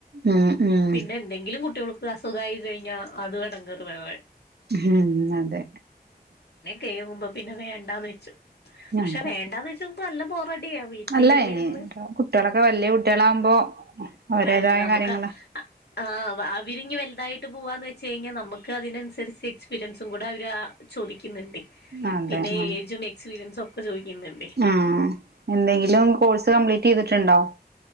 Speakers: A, on the right; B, on the left.
A: ഉം ഉം
B: പിന്നെ എന്തെങ്കിലും കുട്ടികൾക്ക് അസുഖമായി കഴിഞ്ഞാ അത് എടങ്ങോറ് വേറെേ
A: ഉം അതെ
B: കേവുമ്പോ പിന്നെ വേണ്ടാന്ന് വെച്ചു പക്ഷെ
A: അതെ
B: വേണ്ടാന്ന് വെ ഇപ്പൊ നല്ല ബോറടിയ വീട്ടിലിരിന്ന്
A: അല്ല ഇനി കുട്ടികളൊക്കെ വലിയ കുട്ടികളാകുമ്പോ അവരേതായ
B: അല്ല നമുക്ക്
A: കാര്യങ്ങള്
B: ആ അവരിങ്ങി വലുതായിട്ട് പോവാന്ന് വെച്ച ച്ച കഴിഞ്ഞാൽ നമുക്ക് അതിനനുസരിച്ച് എക്സ്പീരിയൻസും കൂടെ അവർ അ ചോദിക്കുന്നുണ്ട്
A: അതെ
B: പിന്നെ
A: ആ
B: ഏജും എക്സ്പീരിയൻസും ഒക്കെ ചോദിക്കുന്നുണ്ട്.
A: ആ എന്തെങ്കിലും കോഴ്സ് കംപ്ലീറ്റ് ചെയ്തിട്ടുണ്ടോ?